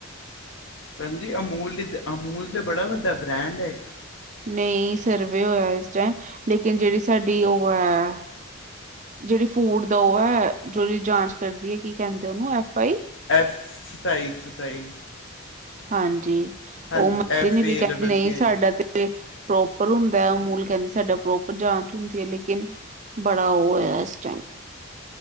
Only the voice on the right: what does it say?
ਨਹੀਂ ਸਰਵੇ ਹੋਇਆ, ਇਸ ਟਾਈਮ ਲੇਕਿਨ ਜਿਹੜੀ ਸਾਡੀ ਉਹ ਹੈ। ਜਿਹੜੀ ਫੂਡ ਦਾ ਉਹ ਹੈ, ਸੋ ਇਹਦੀ ਜਾਂਚ ਕਰਦੀ ਹੈ ਕੀ ਕਹਿੰਦੇ ਉਹਨੂੰ ਐਫ ਆਈ
ਹਾਂਜੀ,
ਉਹ ਮੰਨਦੀ
ਨੀ ਵੀ
ਕਹਿੰਦੀ
ਨਹੀਂ
ਸਾਡਾ ਤੇ। ਪ੍ਰੋਪਰ ਹੁੰਦਾ ਅਮੂਲ ਕਹਿੰਦੇ ਸਾਡਾ ਪ੍ਰੋਪਰ ਜਾਂਚ ਹੁੰਦੀ ਹੈ ਲੇਕਿਨ ਬੜਾ ਉਹ ਹੋਇਆ ਇਸ ਟਾਈਮ